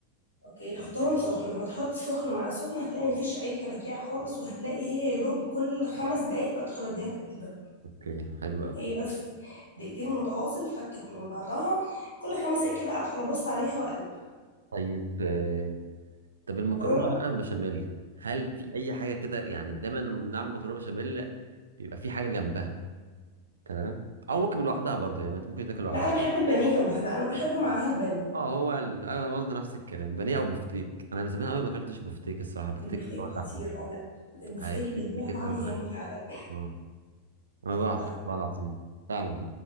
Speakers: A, on the left; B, on the right.
A: اوكي حطهم سخن لما تحط السخن مع السخن هتلاقي مفيش اي كلاكيع خالص وهتلاقي هي يا دوب كل خمس دقايق بدخل اديها تقليبه
B: اوكي حلو قوي
A: هي بس دقيقتين متواصل فكت من بعضها كل خمس دقايق كده ادخل ابص عليها واقلب
B: طيب آه، طب المكرونه
A: مكرونه بقى
B: بقى البشاميل هل في اي حاجه كده يعني دايما لما بنعمل مكرونه بشاميل بيبقى في حاجه جنبها تمام او ممكن لوحدها برضه يعني ممكن تاكل لوحدها
A: لا انا بحب البانيه جنبها لا انا بحب معاها البانيه
B: اه هو ال... انا برضه نفس الكلام بانيه او بفتيك انا من زمان قوي ما اكلتش بفتيك الصراحه بفتيك
A: البفتيك
B: اللي هو اللحمه
A: خطير اه لا البفتيك
B: هيشد
A: بيديها
B: كده
A: طعم
B: معاك
A: تاني فعلا
B: اه انا جوعت
A: لا
B: والله العظيم فعلا